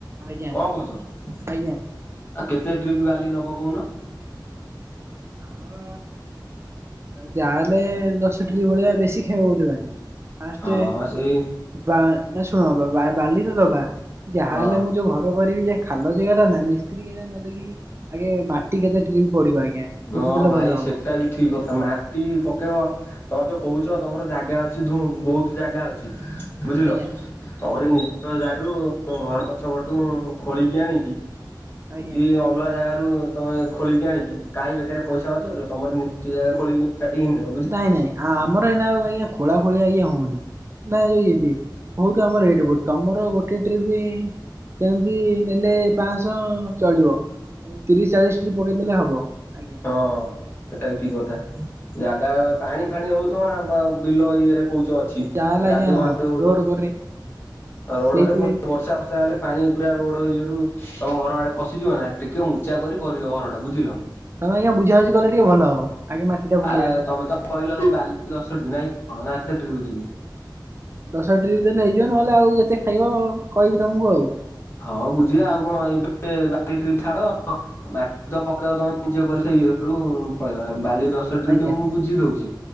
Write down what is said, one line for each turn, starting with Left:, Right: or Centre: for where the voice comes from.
Right: ଆଜ୍ଞା
Left: କଣ କହୁଛ?
Right: ଆଜ୍ଞା
Left: ଆଉ କେତେ ଟ୍ରିପ୍ ବାଲି ନବ କହୁନ?
Right: ଆମର ଯା ହେଲେ ଦଶ ଟ୍ରିପ ଭଳିଆ, ବେଶୀ ଖାଇବ ବୋଧେ ବାଲି? ଫାଷ୍ଟ
Left: ହଁ ସେଇ
Right: ବା ନ ଶୁଣ ବାଲି ତ ଦବା। ଯାହାହେଲେ
Left: ହଁ
Right: ମୁଁ ଯୋଉ ଘରେ କରିବି ଯେ ଖାଲ ଜାଗା ଟା ନା ମିସ୍ତ୍ରୀଆଗେ ମାଟି କେତେ ନା ଦେଖିକି ଆଗେ ମାଟି କେତେ ଟ୍ରିପ ପଡିବ ଆଜ୍ଞା।
Left: ହଁ
Right: ବୁଝିଦେଲେ
Left: ଭାଇ
Right: ଭଲ ହବ
Left: ସେଟା ବି ଠିକ କଥା ମାଟି ପକେଇବ। ତମର ଯୋଉ କହୁଛ ତମର ଜାଗା ଅଛି ଧୁମ୍ ବହୁତ ଜାଗା ଅଛି। ବୁଝିଲ
Right: ଆଜ୍ଞା
Left: ତମରି
Right: ଆଜ୍ଞା।
Left: ନିଜର ଜାଗରୁ ଘର ପଛ ପଟୁ ଖୋଳିକି ଆଣିକି
Right: ଆଜ୍ଞା
Left: କି ଅଲଗା ଜାଗାରୁ ରୁ ତମେ ଖୋଳିକି ଆଣିକି କାଇଁ ବେକାରରେ ପଇସା ଖର୍ଚ୍ଚ କରିବ ତମରି ନିଜ ଜାଗାରୁ ଖୋଳିକି ମାଟି କାଇଁ ନ ପୁରେଇବ। <unintelligible>
Right: ନାଇଁ ନାଇଁ ଆମର ଏଇନା ଆଜ୍ଞା ଖୋଳା ଖୋଳି ଆଜ୍ଞା ହଉନି। ନାଇଁ <unintelligible> ବହୁତ୍ ଆମର ରେଟ୍ ଏଇଠି ତମର ଗୋଟେ ଟ୍ରିପ। ସେମିତି ନେଲେ ପାଶ ଚଳିବ। ତିରିଶ ଚାଳିଶ ଟ୍ରିପ ପକେଇଦେଲେ ହବ ଆଜ୍ଞା।
Left: ହଁ ହଁ ସେଟା ବି ଠିକ କଥା ଜାଗା ପାଣି ଫାଣି ହଉଥିବନା ବା ବିଲ ଇଏରେ କହୁଛ ଅଛି।
Right: ଯାହାହେଲେ ଆଜ୍ଞା
Left: କାଦୁଅ
Right: ହଁ
Left: ମାଦୁଅ ହଉଥିବ।
Right: ରୋଡ କରେ
Left: ହଁ ରୋଡରେ
Right: ସେଇଥିପାଇଁ
Left: ଫୁଣି ବର୍ଷା ଫର୍ଷା ହେଲେ ପାଣି ପୁରା ରୋଡ ଇଏରୁ ତମ ଘର ଆଡେ ପଶିଯିବ ନା ଟିକେ ଉଞ୍ଚା
Right: ତ
Left: କରି କରିବ ଘର ଟା ବୁଝିଲ।
Right: ତମେ ଆଜ୍ଞା ବୁଝା ବୁଝି କଲେ ଟିକେ ଭଲ ହବ। ଆଗେ ମାଟି ଟା ପକେଇବା।
Left: ଆ ତମେ ତ କହିଲ ଖାଲି ବାଲି ଦଶ ଟ୍ରିପ ନାଇଁ କଣ ନା କେତେ ଟ୍ରିପ ଦେବି?
Right: ଦଶ ଟ୍ରିପ ଦେଲେ ହେଇଯିବ ନହେଲେ ଆଉ ଯେତେ ଖାଇବ କହିବି ତମକୁ ଆଉ।
Left: ହଁ ବୁଝିବା ଆଉ କଣ ଏବେ ବାଲି ଟ୍ରିପ ଛାଡ। ମାଟି ତ ପକେଇବ ତମେ ନିଜେ କହିଲ ସେ ଇଏରୁ ପଳେଇବା ବାଲି ଦଶ ଟ୍ରିପ ଦଶ ଟ୍ରିପ
Right: ଆଜ୍ଞା।
Left: ମୁଁ ବୁଝି ଦଉଛି